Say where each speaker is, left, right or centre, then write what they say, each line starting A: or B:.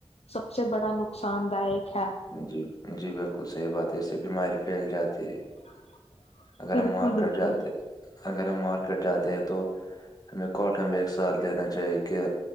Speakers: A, on the left; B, on the left.
A: سب سے بڑا نقصان دائک ہے
B: جی جی بالکل صحیح بات ہے اس سے بیماری پھیل جاتی ہے
A: <inaudible>
B: اگر
A: بالکل
B: ہم مارکیٹ
A: بالکل
B: جاتے اگر ہم مارکیٹ جاتے ہیں تو ہمیں کاٹن بھی ایک ساتھ دینا چاہیے کہ